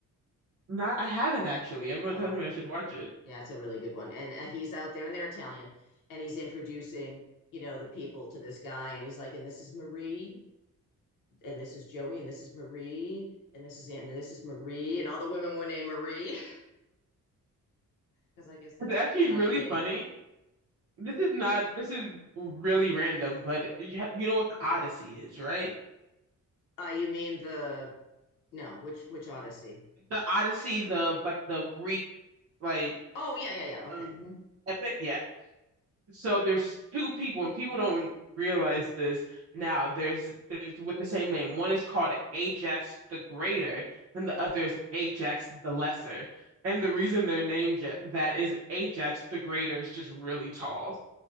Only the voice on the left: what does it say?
Oh,
Yeah, it's a really good one. And uh, he's out there and they're Italian and he's introducing, you know, the people to this guy and he's like, and this is Marie and this is Joey and this is Marie and this is Anne and this is Marie and all the women were named Marie because <laughs> I guess that's
a good Italian
name.
Uh, you mean the no, which which Odyssey?
Oh, yeah, yeah, yeah. Okay.
mhm.